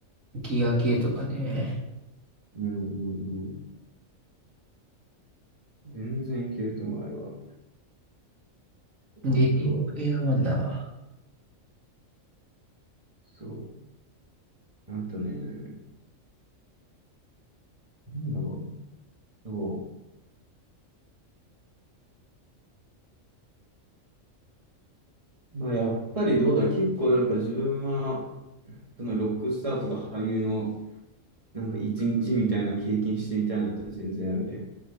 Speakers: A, on the right; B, on the right.
A: ギア系とかね。
B: うん、うんうん。全然いけると思う、あれは。
A: レディープレイヤー1だ。
B: あとは、そう、あとね、なんだろうな。そう。まあ、やっぱりどうだろう、結構なんか自分は、そのロックスターとか俳優の、なんか一日みたいな経験してみたいなのって全然あるね。